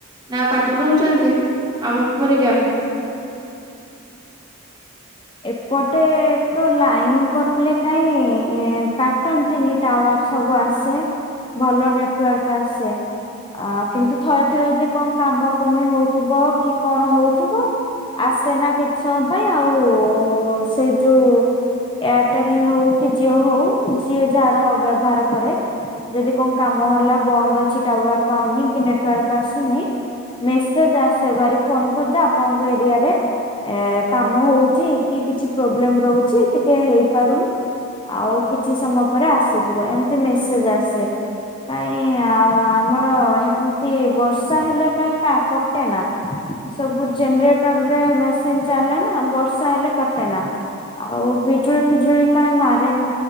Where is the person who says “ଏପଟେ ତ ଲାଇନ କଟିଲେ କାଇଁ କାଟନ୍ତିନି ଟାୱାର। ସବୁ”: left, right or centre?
Left